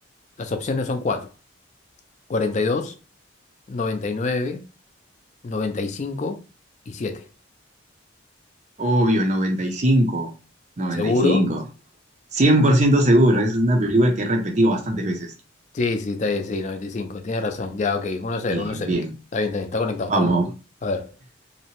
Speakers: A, on the left; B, on the right.
A: Las opciones son cuatro, cuarenta y dos, noventa y nueve, noventa y y cinco y siete.
B: Obvio, noventa noventa y y cinco, noventa
A: ¿Seguro?
B: y cinco, cien por ciento seguro, esa es una película que he repetido bastantes veces.
A: Sí, sí, está bien, sí, 95. Tienes razón. Ya, ok, uno cero,
B: Bien,
A: uno cero.
B: bien.
A: Está bien, está bien, está conectado,
B: Vamos,
A: está conectado. A ver.